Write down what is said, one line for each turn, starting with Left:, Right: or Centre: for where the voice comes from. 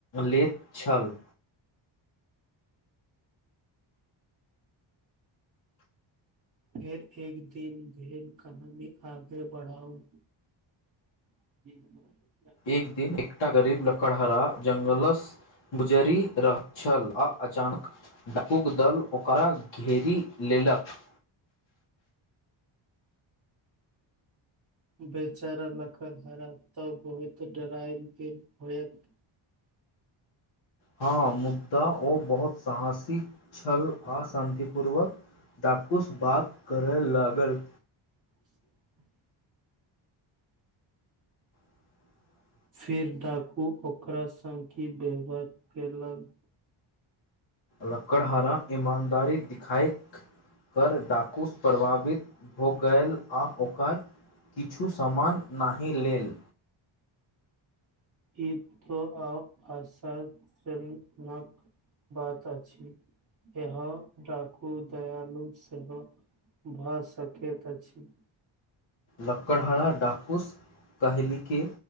Left: लैत छल
Right: फेर एक दिन भेर कहानी आगे बढ़ाउ ठ <unintelligible>
Left: एक दिन एकटा गरीब लकड़हराा जङंगलस गुजरि रहल छल आ अचानक डाकूक दल ओकरा घेरी लेल तिलफ
Right: बेचारा लकड़हरा त बड्ड डराल गेल होइत
Left: हँ मुद्दा ओ बहुत साहसी छल आ शान्तिपूर्वक डाकूसँ बात करय लागल
Right: <inaudible>
Left: <inaudible>
Right: फिर डाकू ओकरा सङखी व्यवहार केलक
Left: लकड़हारा ईमानदारी दिखाएक कर डाकूस प्रभावित हो गल आ ओकर किछु सामान नहि लेल
Right: ई त आ आशा सँ मुक्त बात अछि इ डाकु दयालु सेहो भऽ सक तऽ छै
Left: लक्कड़हरा डाकूस कहलकै